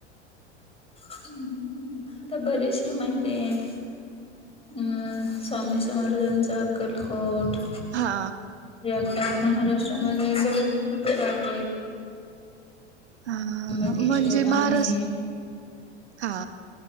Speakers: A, on the left; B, on the right.
A: ह् आता बरेचसे माहिती आहेत. अं स्वामी सम्राजांचा अक्कलकोट,
B: हा
A: आता महाराष्ट्रामध्ये भरपूर आहेत,
B: हा
A: त्र्यंबकेश्वर
B: म्हणजे
A: आहे
B: महाराष्ट हा,